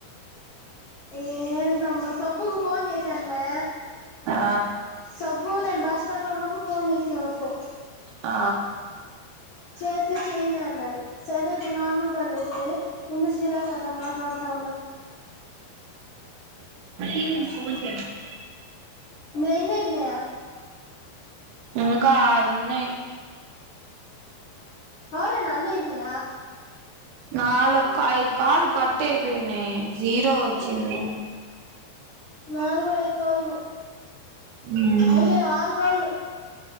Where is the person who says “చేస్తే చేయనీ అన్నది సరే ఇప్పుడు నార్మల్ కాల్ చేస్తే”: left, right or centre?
Left